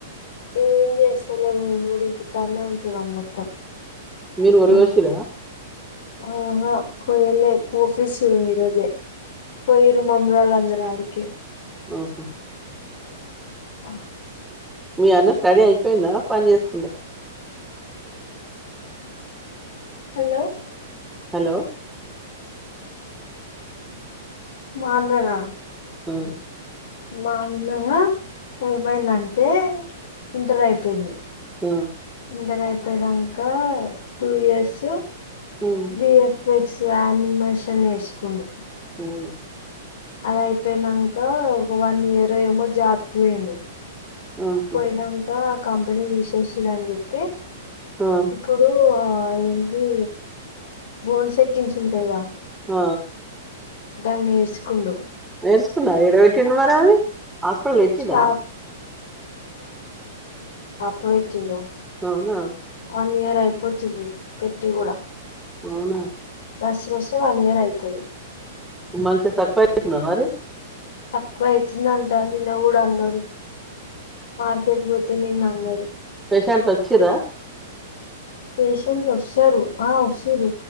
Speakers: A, on the left; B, in the centre.
A: ఏం చేస్తలే మేము కూడా ఇంటికాడనే ఉంటున్నాం మొత్తం
B: మీరు కూడా
A: ఏ-
B: వర్షిరా
A: ఆహా కోయలే కోసేసిండ్రు ఈ రోజే, కోయరు ముందుగాల అందరానికి
B: మ్మ్ హు
A: ఆ
B: మీ అన్న స్టడీ అయి పోయిందా పని చేస్తుండ
A: హలో
B: హలో
A: అ మా అన్న నా
B: ఆ
A: మా అన్నదా ఏమైందంటే ఇంటర్ అయిపోయింది
B: ఆ
A: ఇంటర్ అయిపోయినాక టూ ఇయర్స్
B: ఉమ్
A: బి యన్ నెక్స్ట్ అనిమేషన్ నేర్సుకుండు
B: మ్మ్ హు
A: అదయిపోయినాక ఒక వన్ ఇయర్ ఏమో జాబ్కి పోయిండు
B: ఆహా
A: పోయినాంకా కంపెని తీసేసి నని చెప్పి
B: ఆ
A: ఇప్పుడు ఆ అవేందీ బోర్ సెట్టింగ్స్ ఉంటాయిగా
B: ఆ
A: గవి నేర్చుకుండు
B: నేర్చుకున్నవ ఈడ పోయి కింద పడా హాస్పిటల్ ఎక్కిండా
A: షాప్ పోయి ఎక్కిండు
B: అవునా
A: వన్ ఇయర్ అయిపోతుంది పెట్టి కూడ
B: అవునా
A: దస వస్ వన్ ఇయర్ అయితది
B: మంచి తప్పైపిందా మరి
A: తక్కువె అయితుందంట నిన్న కూడా అన్నారు మార్కెట్ పోయ్ అదే నిన్నరు
B: పేషంట్లు వచ్చిర
A: పేషెంట్లు వస్తారు ఆ వస్తరు